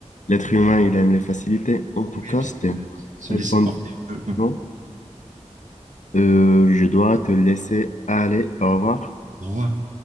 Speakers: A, on the left; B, on the right.
A: l'être humain, il aime les facilités. En tout
B: Oui,
A: cas,
B: et puis
A: c'était
B: se,
A: une
B: se
A: très
B: laisser
A: bonne...
B: porter un peu. quoi.
A: Non? Euh, je dois te laisser aller. Au revoir.
B: Au revoir.